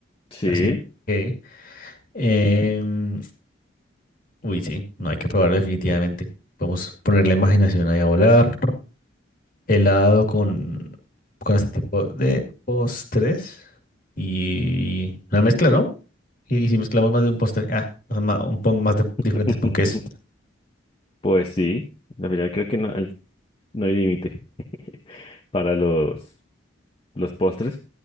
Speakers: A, on the left (about 25°); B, on the left (about 45°).
A: Sí,
B: Así que, em, uy, sí, no hay que probarlo definitivamente. Podemos poner la imaginación ahí a volar. helado con, con este tipo de postres y una mezcla, ¿no? Y, y si mezclamos más de un postre, ah, o sea, ma- un pon más de
A: <laughs>
B: diferentes ponques.
A: pues sí. La verdad creo que no, al- no hay límite <laughs> para los, los postres,